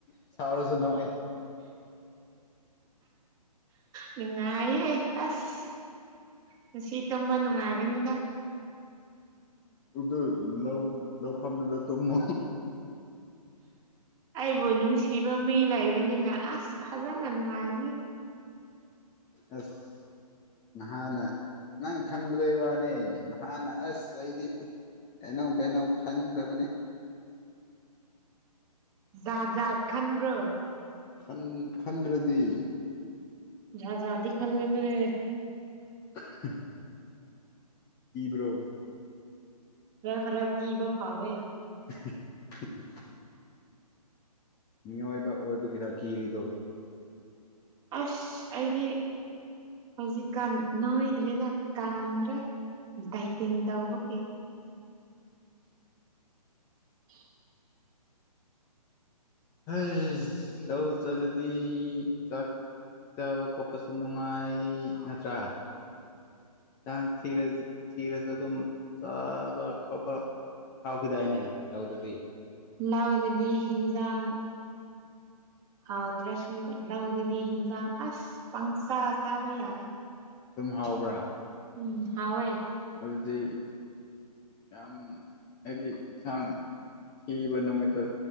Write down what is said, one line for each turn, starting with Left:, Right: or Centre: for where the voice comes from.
Left: ꯁꯥꯎꯔꯁꯨ ꯅꯣꯛꯑꯦ
Right: ꯅꯨꯡꯉꯥꯏꯍꯦ ꯑꯁ ꯉꯁꯤ ꯇꯨꯝꯝꯕ ꯅꯨꯡꯉꯥꯏꯒꯅꯤꯗ
Left: ꯎ ꯎ ꯂꯧ ꯂꯧꯐꯝꯗꯨꯗ ꯇꯨꯝꯃꯣ
Right: ꯑꯩꯕꯨ ꯅꯨꯡꯁꯤꯕ ꯃꯤ ꯂꯩꯕꯅꯤꯅ ꯑꯁ ꯐꯖꯅ ꯅꯨꯡꯉꯥꯏꯒꯅꯤ
Left: ꯑꯁ ꯅꯍꯥꯟ ꯅꯪ ꯈꯟ ꯂꯩꯩ ꯋꯥꯅꯦ ꯅꯍꯥꯟ ꯑꯁꯗꯤ ꯑꯩꯅꯧ ꯀꯩꯅꯣ ꯈꯟꯈ꯭ꯔꯕꯅꯤ
Right: ꯖꯥꯖꯥꯠ ꯈꯟ꯭ꯔ
Left: ꯟ ꯈꯟꯗ꯭ꯔꯗꯤ
Right: ꯖꯍꯥꯖꯥꯗꯤ ꯈꯥꯟꯒꯅ ꯍ
Left: <inaudible> ꯏꯕ꯭ꯔꯣ
Right: ꯔ ꯈꯔꯦ ꯀ ꯐꯥꯋꯦ
Left: <inaudible> ꯃꯤꯑꯣꯏꯕ ꯑꯣꯏꯕꯒꯤꯔꯥ ꯀꯤꯔꯤꯗꯣ
Right: ꯑꯁ ꯑꯩꯗꯤ ꯍꯧꯖꯤꯛꯀꯥꯟ ꯅꯣꯏꯗ꯭ꯔꯦꯗ ꯀꯪꯈ꯭ꯔꯦ ꯗꯥꯏꯇꯤꯡ ꯇꯧꯕꯒꯤ <inaudible>
Left: ꯍ ꯂꯧꯧ ꯆꯂꯗꯤ ꯆ ꯆꯥꯕ ꯈꯣꯠꯄꯁꯨ ꯅꯨꯡꯉꯥꯏ ꯅꯠꯇ꯭ꯔꯥ ꯌꯦꯟꯁꯥꯡ ꯊꯤꯔ ꯊꯤꯔꯁꯨ ꯑꯗꯨꯝ ꯆꯥꯕ ꯈꯣꯠꯄ ꯍꯥꯎꯈꯤꯗꯥꯏꯅꯦ ꯂꯧꯗꯗꯤ
Right: ꯍꯅꯥꯎꯗꯗꯤ ꯍꯤꯟꯖꯥꯡ ꯍꯥꯎꯇ꯭ꯔꯁꯨ ꯂꯧꯗꯗꯤ ꯍꯤꯟꯖꯥꯡ ꯑꯁ ꯄꯪꯆꯥꯥ ꯆꯥꯕ ꯌꯥꯏ
Left: ꯑꯗꯨꯝ ꯍꯥꯎꯕ꯭ꯔꯥ
Right: ꯎꯝ ꯍꯑꯣꯦ
Left: ꯑꯗꯨꯗꯤ ꯌꯥꯝ ꯍꯥꯏꯗꯤ ꯌꯦꯟꯁꯥꯡ ꯊꯕ ꯅꯨꯣꯃꯤꯠꯇ